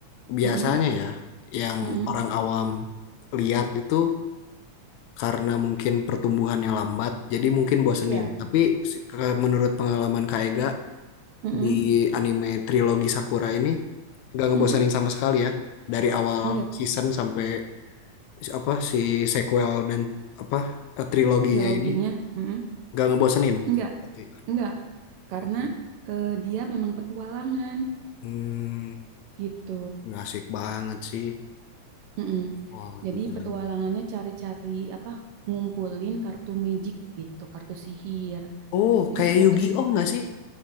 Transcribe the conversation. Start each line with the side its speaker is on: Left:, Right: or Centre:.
Left: biasanya
Right: mm-mm,
Left: ya, yang
Right: mm-mm,
Left: orang awam lihat itu karena mungkin pertumbuhannya lambat, jadi mungkin bosenin.
Right: Iya.
Left: Tapi si- ke- menurut pengalaman Kak Ega
Right: mm-mm,
Left: di anime trilogi Sakura ini nggak ngebosenin
Right: mm-mm.
Left: sama sekali ya. Dari awal
Right: Enggak
Left: season sampai si- apa si sequel dan apa eh, triloginya
Right: triloginya.
Left: ini
Right: Mm-mm.
Left: gak ngebosenin.
Right: Enggak,
Left: Berarti.
Right: enggak. Karena
Left: Oke.
Right: eh, dia memang petualangan
Left: Hmm,
Right: gitu.
Left: nggak asik banget sih.
Right: Mm-mm.
Left: Wah,
Right: Jadi
Left: gila.
Right: petualangannya
Left: memang.
Right: cari-cari apa ngumpulin kartu magic gitu, kartu sihir.
Left: Oh,
Right: Jadi
Left: kayak
Right: si kartu
Left: Yu-Gi-Oh
Right: si
Left: nggak sih?